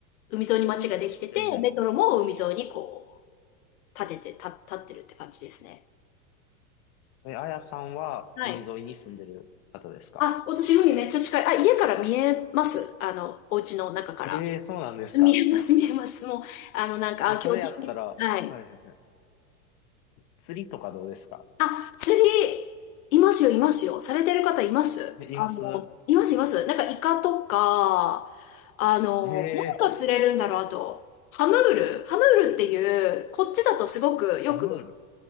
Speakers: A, on the left; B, on the left.
A: 海沿いに町ができてて、
B: うんうん。
A: メトロも海沿いにこう、建てて、た、建ってるって感じですね。
B: え、あやさんは海沿いに住んでる方ですか
A: はい。あ、私海めっちゃ近い。あ、家から見えますあの、お家の中から。
B: ええーそうなんですか。
A: 見えます、見えます。もう、あの、なんか、
B: え、
A: あ、
B: それやったら、
A: 今日天気はい。
B: はいはいはい。釣りとかどうですか
A: あ、釣り、いますよ、いますよ。されてる方います。
B: え、
A: あの、
B: います
A: います、います。なんか、イカとか、あの、
B: ええ
A: 何が釣れるんだろう、あと、ハムール。ハムールっていう、こっちだとすごくよく、
B: ーアムール。